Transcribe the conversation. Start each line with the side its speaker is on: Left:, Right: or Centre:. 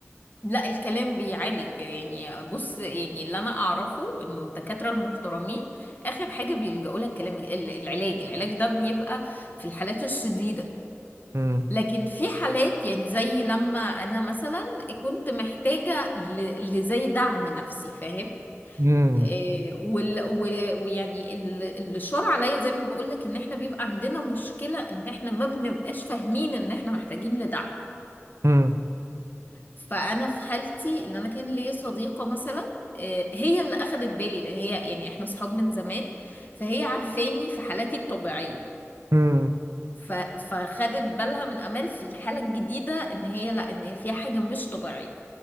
Left: لا الكلام بيعالج يعني بص يعني اللي انا اعرفه انه الدكاترة المحترمين اخر حاجة بيلجأوا لها الكلام ال- العلاج العلاج ده بيبقى في الحالات الشديدة
Right: مم.
Left: لكن في حالات يعني زي لما انا مثلا كنت محتاجة ل- لزي دعم نفسي فاهم
Right: مم.
Left: آه، وال... و- ويعني ال- اللي شار عليا زي ما بقولك ان احنا بيبقى عندنا مشكلة ان احنا ما بنبقاش فاهمين ان احنا محتاجين لدعم
Right: مم.
Left: فانا في حالتي ان انا كان ليا صديقة مثلا آه، هي اللي اخدت بالي لان هي يعني احنا صحاب من زمان فهي عارفاني في حالاتي الطبيعية
Right: مم.
Left: ف... فخدت بالها من امال في الحالة الجديدة ان هي لا ان هي فيها حاجة مش طبيعية